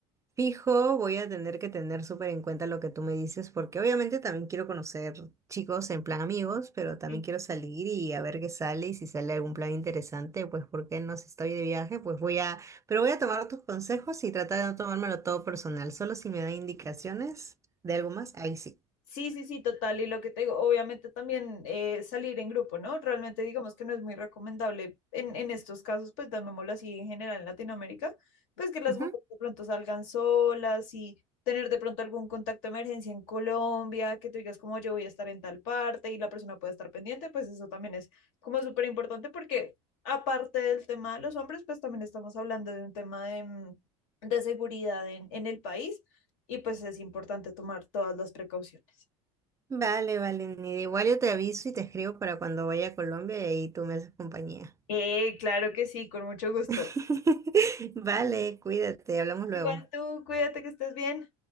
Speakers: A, on the right; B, on the left.
A: fijo, voy a tener que tener súper en cuenta lo que tú me dices, porque obviamente también quiero conocer chicos en plan amigos, pero también
B: Sí.
A: quiero salir y a ver qué sale y si sale algún plan interesante, pues porque no si estoy de viaje, pues voy a, pero voy a tomar tus consejos y tratar de no tomármelo todo personal, solo si me dan indicaciones de algo más, ahí sí.
B: Sí, sí, sí, total. Y lo que te digo, obviamente también eh, salir en grupo, ¿no? Realmente digamos que no es muy recomendable en, en estos casos, pues llamémoslo así en general en Latinoamérica, pues que las
A: Ujú.
B: mujeres de pronto salgan solas y tener de pronto algún contacto de emergencia en Colombia, que tú digas como yo voy a estar en tal parte y la persona puede estar pendiente, pues eso también es como súper importante porque aparte del tema de los hombres, pues también estamos hablando de un tema de, mm, de seguridad en, en el país y pues es importante tomar todas las precauciones.
A: Vale, vale, Nidia. Igual yo te aviso y te escribo para cuando vaya a Colombia y ahí tú me haces compañía.
B: Eh, claro que sí, con mucho gusto.
A: <laughs> Vale, cuídate, hablamos luego.
B: Igual tú, cuídate que estés bien.